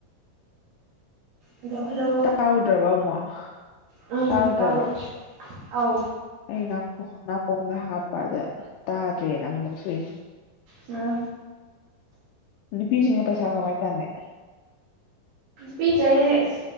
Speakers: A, on the right (about 80°); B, on the left (about 80°).
A: ꯍꯜꯂꯣ ꯍꯜꯂꯣ
B: ꯇꯥꯎꯗ꯭ꯔꯕ ꯑꯃꯛ
A: ꯎꯝ
B: ꯇꯥꯎꯔꯗ꯭ꯔꯕ
A: ꯇꯥꯏ ꯑꯧ
B: ꯑꯩ ꯅꯥꯀꯣꯡꯗ ꯍꯥꯞꯄꯗ ꯇꯥꯗ꯭ꯔꯦꯅ ꯑꯃꯨꯛ ꯂꯧꯊꯣꯛ ꯏ ꯅꯦ
A: ꯉ
B: ꯅꯨꯄꯤꯁꯤꯡꯁꯦ ꯄꯩꯁꯥ ꯀꯃꯥꯏ ꯇꯥꯟꯅꯦ
A: ꯄꯤꯖꯔꯅꯤ